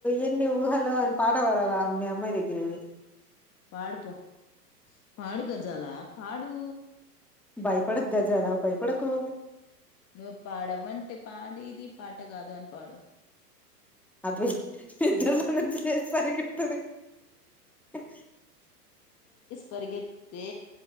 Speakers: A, in the centre; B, on the left.
A: ఎన్ని ఊహలో అని పాట పడాలా మీ అమ్మాయి ద గ్గరిపోయి
B: పాడుపో పాడు గజాలా పాడూ
A: భయపడకు గజాలా భయపడకూ
B: నువ్వు పాడమంటే పాడేది పాట కాదు అని పాడు
A: అది <unintelligible>
B: పరిగెత్తిత్తే